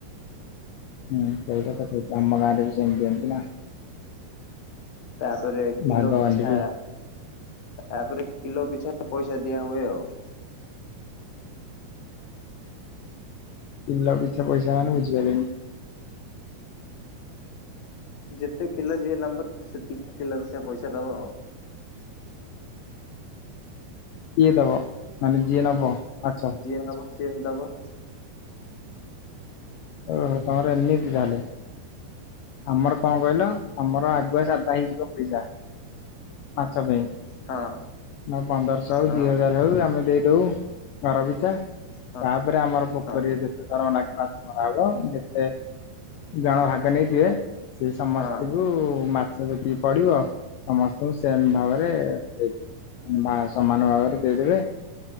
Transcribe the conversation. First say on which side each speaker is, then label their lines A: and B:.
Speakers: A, on the left; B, on the left.
A: ହୁଁ ସେଇଟା ତ ଠିକ। ଆମ ଗାଁରେ ବି ସେମିତି ଦିଅନ୍ତି ନା।
B: ତାପରେ କିଲୋ
A: ଭାଗ
B: ପିଛା
A: ବାଣ୍ଟିକି।
B: ତାପରେ କିଲୋ ପିଛା ପଇସା ଦିଆ ହୁଏ ଆଉ।
A: କିଲୋ ପିଛା ପଇସା ମାନେ ବୁଝି ପାରିଲିନି।
B: ହ ଯେତେ କିଲୋ ଯିଏ ନେବ ସେତିକି କିଲୋ ର ପଇସା ସେ ଦବ।
A: ଇଏ ଦେବ ମାନେ ଜିଏ ନବ ଆଛା।
B: ଯିଏ ନବ ସିଏ ଦବ।
A: ଓହୋ ତମର ଏମିତି ତାହେଲେ? ଆମର କଣ କହିଲ ଆମର ଆଗୁଆ ସା ଆଦାୟ ହେଇଯିବ ପଇସା। ମାଛ ପାଇଁ।
B: ହଁ
A: ନା ପନ୍ଦରଶହ ହଉ
B: ହଁ
A: ଦି ହଜାର ହଉ ଆମେ ଦେଇଦଉ ଘର ପିଛା।
B: ହଁ
A: ତାପରେ ଆମର ପୋଖରୀରେ
B: ହଁ
A: ଯେତେ ଥର ମାଛ ମାଛ ମରା ହବ ଯେ ଯେ ଜଣ ଭାଗ ନେଇଯିବେ ସେ ସମସ୍ତିଙ୍କୁ
B: ହଁ।
A: ମାଛ ଯଦି ପଡିବ ସମସ୍ତଙ୍କୁ ସେମ ଭାବରେ ଦେଇଦେବେ। ମା ସମାନ ଭାବରେ ଦେଇଦେବେ।